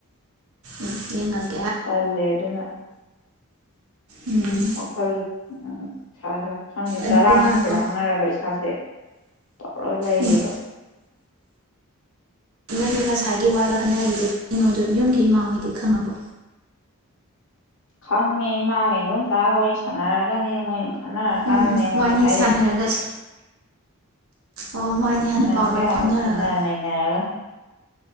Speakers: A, on the right (about 70°); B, on the left (about 60°).
A: ꯌꯦꯉꯦ
B: ꯇꯜꯂꯦ ꯑꯗꯨꯅ
A: ꯎꯝ
B: ꯋꯥꯈꯜ ꯁꯥ ꯈꯪꯗꯦ ꯆꯔꯥꯡ
A: ꯑꯗꯨ ꯉꯥꯏꯈꯣ
B: ꯈꯣꯏꯔꯥꯡꯅꯔꯒ ꯏꯁꯥꯁꯦ ꯇꯧꯔꯒ ꯂꯩꯌꯦꯕ
A: ꯎꯝ ꯏꯗꯤ ꯃꯁꯥꯒꯤ ꯋꯥꯂ ꯈꯟꯅꯔꯤꯗꯤ ꯀꯅꯣꯗꯨ ꯌꯨꯝꯒꯤ ꯏꯃꯥꯍꯣꯏꯗꯤ ꯈꯪꯉꯕꯣ
B: ꯈꯪꯉꯦ ꯏ ꯃꯥꯥꯒ ꯏꯗꯣꯝꯆꯥꯒ ꯋꯥꯔꯤ ꯁꯥꯟꯅꯔꯒꯅꯦ ꯃꯣꯏꯅ ꯈꯅꯔ ꯀꯥꯟꯗꯅꯦ
A: ꯎꯝ ꯎꯝ
B: ꯑꯩꯉꯣꯟꯗ
A: ꯋꯥꯏꯅꯤ
B: ꯍꯥꯏꯔꯛꯏꯁꯦ
A: ꯁꯥꯟꯅꯔꯒ ꯁꯦ ꯑꯣ ꯃꯣꯏꯅꯤ ꯍꯥꯟꯅ
B: ꯈꯕ
A: ꯄꯥꯎ ꯂꯣꯏ
B: ꯌꯥꯕ
A: ꯐꯥꯎꯅꯔꯒ
B: ꯈꯅ ꯅꯩꯅꯔꯒ